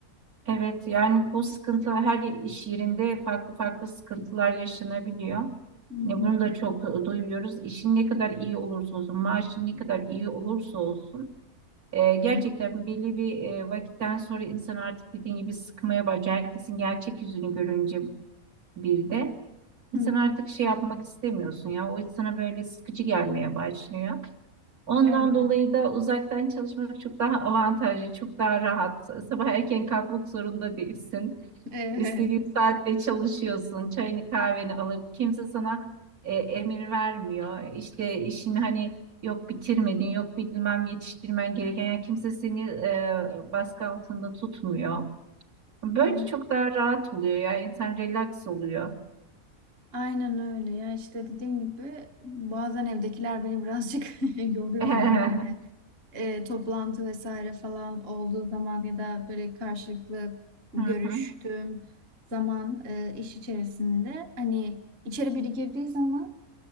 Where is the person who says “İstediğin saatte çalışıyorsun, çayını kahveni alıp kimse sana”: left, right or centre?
Right